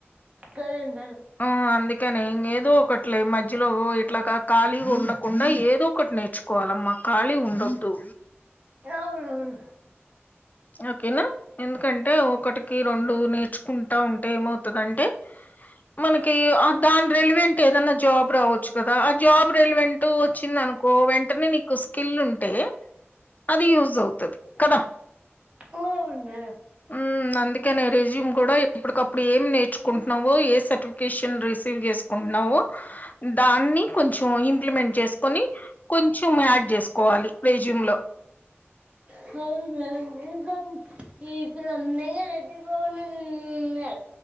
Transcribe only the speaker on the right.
ధరన్
నవునవును
పోవన్న
హల్ మే నిజం ఈ భ్రమ్ మే ఎటు పో నన్నా